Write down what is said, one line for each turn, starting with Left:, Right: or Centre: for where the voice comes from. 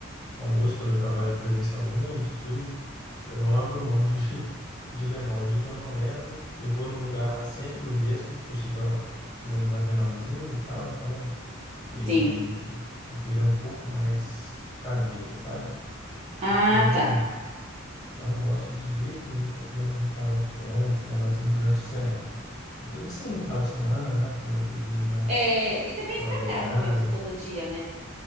Left: almoço quando eu trabalho presencialmente e tudo. Eu não abro mão de, <laughs> de levar. O dia que eu não levo, eu vou num lugar lá sempre no mesmo, que eu sei que é um que é um lugar menorzinho e tal, então ele
Right: Sim.
Left: a comida é um pouco mais caseira, sabe? Porque
Right: Ah,
Left: eu não,
Right: tá.
Left: não gosto de jeito nenhum de ficar comendo em restaurante grande, esse negócio assim, durante a semana. Uma coisa assim no final de semana, né? Comer uma coisinha mais
Right: É, e também
Left: elaborada.
Right: fica caro também você todo dia, né?